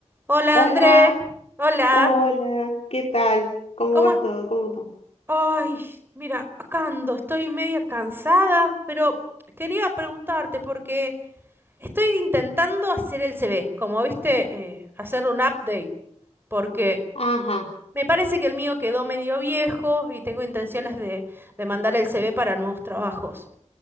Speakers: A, on the right (about 20°); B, on the left (about 60°).
A: Hola
B: Hola,
A: André, hola,
B: hola, ¿qué tal? ¿Cómo
A: ¿cómo
B: vas
A: es?
B: todo? ¿Cómo todo?
A: Ay, mira, acá ando, estoy media cansada, pero quería preguntarte porque estoy intentando hacer el CV, como viste, eh, hacer un update, porque
B: Ajá.
A: me parece que el mío quedó medio viejo y tengo intenciones de, de mandar el CV para nuevos trabajos.